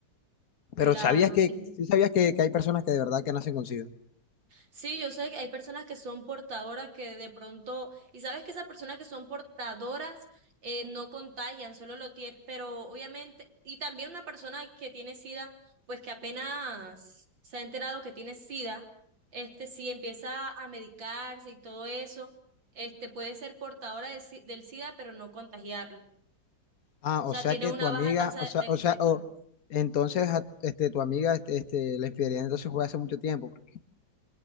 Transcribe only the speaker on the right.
Claro,
y
Sí, yo sé que hay personas que son portadoras que de pronto, y sabes que esas personas que son portadoras eh, no contagian, solo lo tienen, pero obviamente, y también una persona que tiene SIDA, pues que apenas se ha enterado que tiene SIDA, este sí empieza a medicarse y todo eso, este puede ser portadora de si- del SIDA, pero no contagiarlo.
O
sea,
tiene
una
baja tasa
de,
de con-